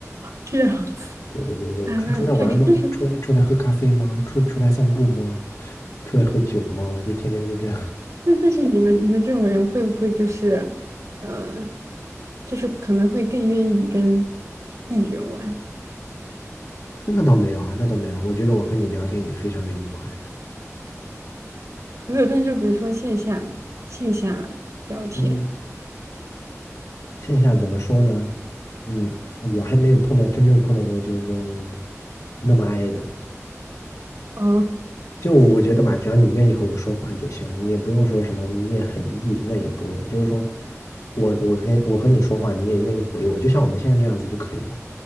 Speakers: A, on the right; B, on the left.
A: 这样子
B: <laughs> 对对对，就是出出来玩吗？
A: 啊，那确实，就是
B: 出来出来喝咖啡吗？出出来散步吗？出来喝酒吗？就天天就这样。
A: 那但是你们你们这种人会不会就是，嗯呃，就是可能会更愿意跟 E 人玩，
B: <laughs> 那倒没有啊，那倒没有。我觉得我和你聊天也非常的愉快。
A: 没有，但就比如说线下线下聊天。
B: 嗯。线下怎么说呢？嗯，我还没有碰到真正碰到过，就是说那么爱的。
A: 哦，
B: 就我觉得吧，只要你愿意和我说话就行，你也不用说什么，你也很 E，那也不用，就是说我我跟我和你说话，你也愿意回我，就像我们现在这样子就可以了，